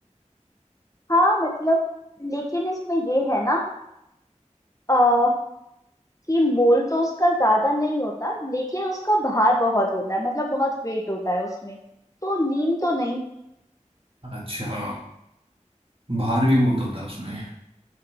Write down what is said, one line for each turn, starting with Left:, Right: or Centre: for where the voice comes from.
Left: हाँ मतलब लेकिन इसमें ये है ना आ, कि मोल तो उसका ज्यादा नहीं होता लेकिन उसका भार बहुत होता है मतलब बहुत वेट होता है उसमें तो नींद तो नहीं
Right: अच्छा भार भी बहुत होता है उसमें